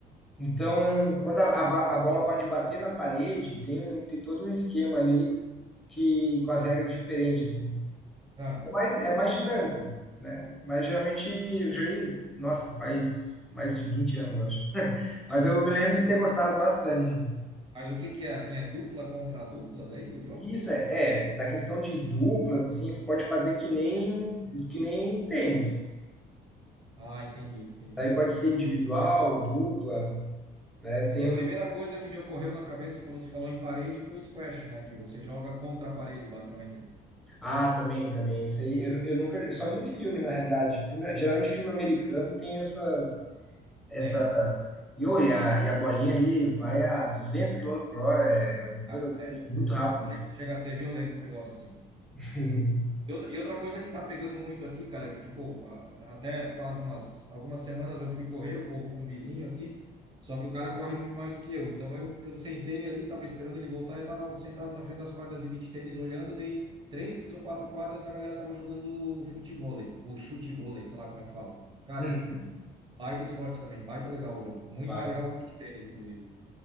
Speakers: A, in the centre; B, on the right.
A: Então, quando a, a ba- a bola pode bater na parede, tem, um, tem todo um esquema ali que com as regras diferentes, assim.
B: Ah,
A: Mas é mais dinâmico, né? Mas geralmente eu joguei, nossa, faz mais de 20 anos, eu acho.
B: mas,
A: Mas eu me
B: mas
A: lembro
B: o que,
A: de ter gostado bastante.
B: mas o que que é assim? É dupla contra dupla daí o jogo?
A: E Isso é, é, da questão de duplas, assim, pode fazer que nem, que nem tênis.
B: Ah, entendi, entendi.
A: Daí pode ser individual, dupla, né?
B: É
A: Tem
B: que a primeira coisa que me ocorreu na cabeça quando tu falou em parede foi squash, né? Que você joga contra a parede, basicamente, né?
A: Ah, também, também. Isso aí, eu, eu nunca, eu só vi em filme, na realidade. Filme- geralmente filme americano tem essas, essas.
B: Tem.
A: E, ô, e, a, e a bolinha ali vai a 200 quilômetros por hora, é, é uma coisa
B: Ah,
A: assim,
B: é.
A: muito rápida.
B: Che- Chega a ser violento o negócio, assim.
A: <laughs>
B: E outra e outra coisa que tá pegando muito aqui, cara, que tipo, a- até faz umas algumas semanas eu fui correr, eu corro com um vizinho aqui, só que o cara corre muito mais do que eu. Então eu, eu sentei ali, tava esperando ele voltar, eu tava sentado na frente das quadras de beach tênis olhando, dei três ou quatro quadras, a galera tava jogando futevôlei, ou chutevôlei, sei lá como é que fala. Cara,
A: Uhum,
B: baita esporte também, baita legal o jogo. Muito
A: Vai.
B: mais legal que beach tênis, inclusive.